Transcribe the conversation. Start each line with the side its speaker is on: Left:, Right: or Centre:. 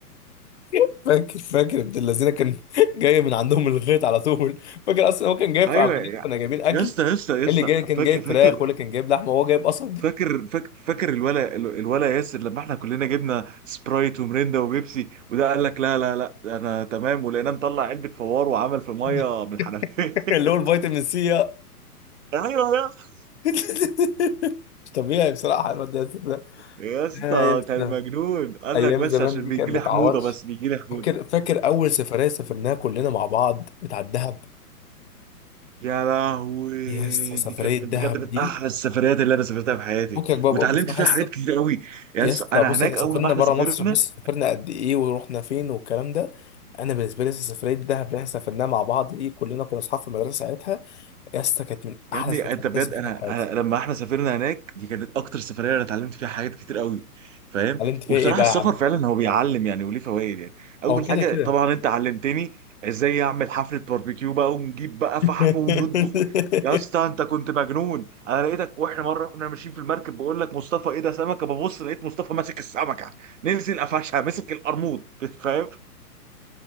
Left: <laughs> فاكر فاكر ابن الذين كان <laughs> جاي من عندهم الغيط على طول فاكر اصلا هو كان جايب
Right: ايوه
Left: في عجولات
Right: يا
Left: كنا جايبين اكل
Right: يا اسطى يا اسطى يا
Left: اللي
Right: اسطى
Left: جاي كان
Right: فاكر
Left: جايب
Right: فاكر
Left: فراخ واللي كان جايب لحمه وهو جايب قصب
Right: فاكر فاكر فاكر الولا الولا ياسر لما احنا كلنا جبنا سبرايت ومريندا وبيبسي وده قال لك لا لا لا انا تمام ولقيناه مطلع علبه فوار وعمل في ميه
Left: <laughs>
Right: من الحنفيه
Left: اللي
Right: <laughs>
Left: هو الفيتامين سي
Right: ايوه يا اسطى
Left: <laughs> مش طبيعي بصراحه الواد ياسر ده
Right: يا اسطى
Left: آه، يا
Right: كان
Left: ياسر.
Right: مجنون قال
Left: ايام
Right: لك بس
Left: زمان
Right: عشان
Left: دي
Right: بيجي
Left: كانت متعوضش
Right: لي حموضه بس بيجي لي حموضه
Left: فاكر فاكر اول سفريه سافرناها كلنا مع بعض بتاع الدهب
Right: يا لهوي
Left: يا اسطى سفريه
Right: دي كانت
Left: الدهب
Right: بجد من
Left: دي
Right: احلى السفريات اللي انا سافرتها في حياتي
Left: فكك بقى
Right: واتعلمت
Left: بقى بصراحه
Right: فيها حاجات كتير قوي يا
Left: يس
Right: اسطى
Left: بص
Right: انا هناك
Left: احنا سافرنا
Right: اول ما احنا
Left: بره
Right: سافرنا
Left: مصر بص سافرنا قد ايه ورحنا فين والكلام ده انا بالنسبه لي لسه سفريه دهب اللي احنا سافرناها مع بعض دي كلنا كنا اصحاب في المدرسه ساعتها يس كانت من
Right: يا
Left: احلى
Right: ابني
Left: السفرات
Right: انت بجد
Left: اللي سافرتها
Right: انا
Left: في حياتي
Right: أنا- لما احنا سافرنا هناك دي كانت اكتر سفريه انا اتعلمت فيها حاجات كتير قوي فاهم
Left: قال انت فيها
Right: وبصراحه
Left: ايه بقى
Right: السفر
Left: يا عم
Right: فعلا هو بيعلم يعني وليه فوائد يعني اول
Left: هو كده
Right: حاجه
Left: كده
Right: طبعا انت علمتني ازاي اعمل حفله باربيكيو بقى ونجيب بقى
Left: <laughs>
Right: فحم ونطبخ يا اسطى انت كنت مجنون انا لقيتك واحنا مره واحنا ماشيين في المركب بقول لك مصطفى ايه ده سمكه ببص لقيت مصطفى ماسك السمكه نزل قفشها مسك القرموط <laughs> فاهم